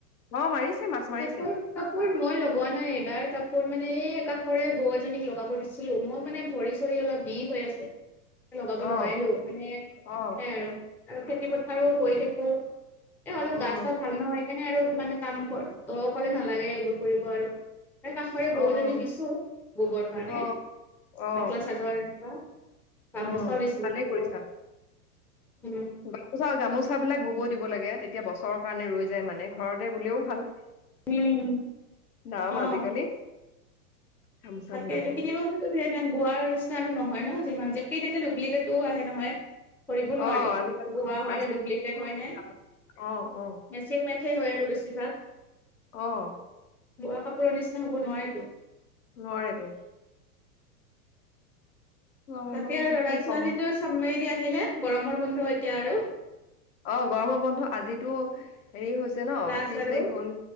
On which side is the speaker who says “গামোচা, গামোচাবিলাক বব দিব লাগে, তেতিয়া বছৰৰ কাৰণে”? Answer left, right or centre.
Left